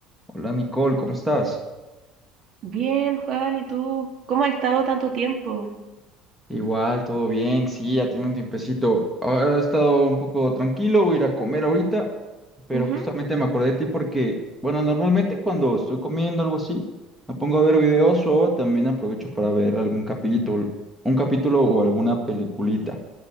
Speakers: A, in the centre; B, on the right.
A: Hola Nicole, ¿cómo estás?
B: Bien, Juan, ¿y tú? ¿Cómo has estado tanto tiempo?
A: Igual, todo bien, sí, ya tiene un tiempecito. Ahora he estado un poco tranquilo, voy a ir a comer ahorita, pero
B: Ujú,
A: justamente me acordé de ti porque, bueno, normalmente cuando estoy comiendo algo así, me pongo a ver videos o también aprovecho para ver algún capítulo, un capítulo o alguna peliculita.